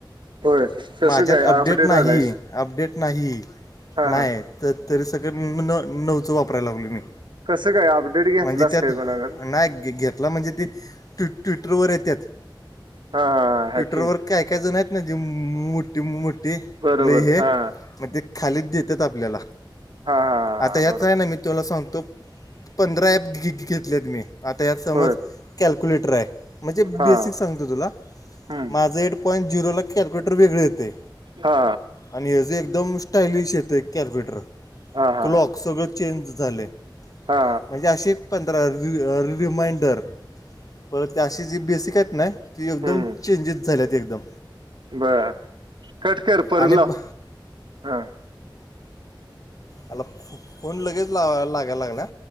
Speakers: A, on the right (about 70°); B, on the left (about 45°).
A: होय कसं
B: माझ्यात
A: काय
B: अपडेट नाही
A: आलाय
B: अपडेट नाही
A: हा
B: नाही.
A: हा
B: तर तरी सगळं न नऊच वापरायला लागलोय मी.
A: कसं काय अपडेट घेतलास
B: म्हणजे त्यात
A: काय कोणाकडून
B: नाये घे घेत. त्याला म्हणजे ते ट् ट्विटरवर येतात.
A: हा. हॅकिंग
B: ट्विटरवर काय काय जण आहेत ना जे मोठी मु मोठी
A: बरोबर
B: लई हे.
A: हा
B: मग ते खालीच देतात आपल्याला
A: हा हा
B: आता याच
A: बरोबर
B: आहे ना मी. तुला सांगतो पंधरा ॲप घ घेतलेत मी. आता यात समज
A: होय
B: कॅल्क्युलेटर आहे म्हणजे
A: हा
B: बेसिक सांग तुझं तुला
A: हम्म
B: माझं एट पॉईंट झिरोला कॅल्क्युलेटर वेगळ येते.
A: हा
B: आणि ह्यज एकदम स्टायलिश येतंय कॅलकुलेटर
A: हा हा
B: क्लॉक सगळं चेंज झालय
A: हा
B: म्हणजे अशे पण रि रि रिमाइंडर पर त्या अशी जे बेसीक आहेत ना. एकदम
A: हम्म
B: चेंजीस झाल्यात एकदम.
A: ह कट कर परत
B: आणि ब-
A: लाव हा.
B: आईला फोन लगेच लाव लागय लागलाय.